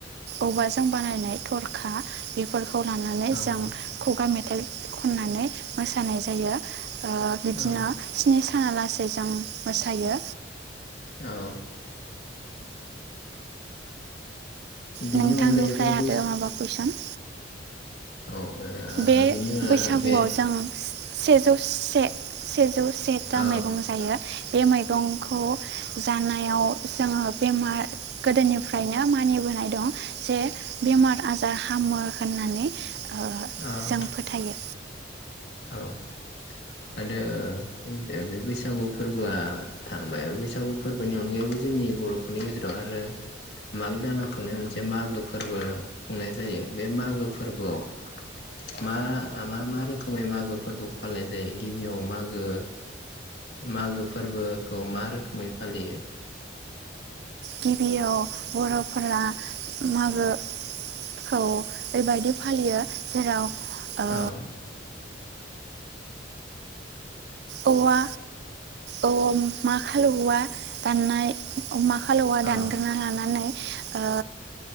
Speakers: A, on the right; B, on the left.
A: औवाजों बानायनाय थर खा बेफोरखौ लानानै
B: औ
A: जों खुगा मेथाइ खननानै मोसानाय जायो ओ बिदिनो
B: औ
A: स्नि साना लासेै जों मोसायो।
B: औ बिनि
A: नोंथांनिफ्राय
B: अनगायैबो
A: आरो
B: बैसो
A: माबा कुइसन?
B: औ ओ
A: बे
B: बिनि उनाव
A: बैसागुआव
B: बे
A: जों सेजौ से सेजौ सेथा
B: औ
A: मैगं जायो बे मैगंखौ जानायाव जोङो बेमार गोदोनिफ्रायनो मानिबोनाय दं जे बेमार आजार हामो होननानै ओ
B: औ
A: जों फोथायो।
B: औ आरो बे बैसागु फोरबोआ थांबाय बैसागु फोरबोनि अनगायैबो जोंनि बर'फोरनि गेजेराव आरो माग दानआ खुंनाय मोनसे मागो फोरबो खुंनाय जायो बे मागो फोरबोआव मा मा मा रोखोमै मागो फोरबोखौ फालिनाय जायो गिबियाव मागो मागो फोरबोखौ मा रोखोमै फालियो?
A: गिबियाव बर'फोरा मागोखौ बैबायदि फालियो जेराव ओ
B: औ
A: औवा औ माखाल औवा दाननाय माखाल औवा
B: औ
A: दानग्रोना लानानै ओ